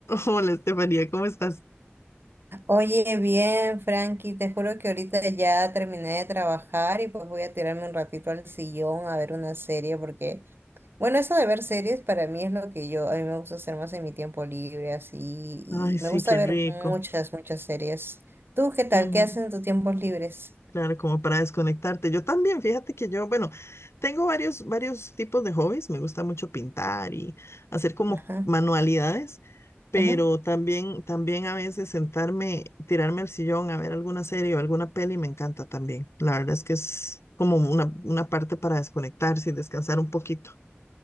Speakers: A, on the left; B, on the right.
A: Hola, Estefanía, ¿cómo estás?
B: Oye, bien, Frankie, te juro que ahorita ya terminé de trabajar y pues voy a tirarme un ratito al sillón a ver una serie porque, bueno, eso de ver series para mí es lo que yo, a mí me gusta hacer más en mi tiempo libre, así, y
A: Ay, sí,
B: me gusta
A: qué
B: ver
A: rico.
B: muchas, muchas series. ¿Tú qué tal?
A: Ujú,
B: ¿Qué haces en tus tiempos libres?
A: Claro, como para desconectarte. Yo también, fíjate que yo, bueno, tengo varios, varios tipos de hobbies. Me gusta mucho pintar y hacer como
B: Ajá,
A: manualidades, pero
B: ujú.
A: también, también a veces sentarme, tirarme al sillón a ver alguna serie o alguna peli me encanta también. La verdad es que es como una, una parte para desconectarse y descansar un poquito.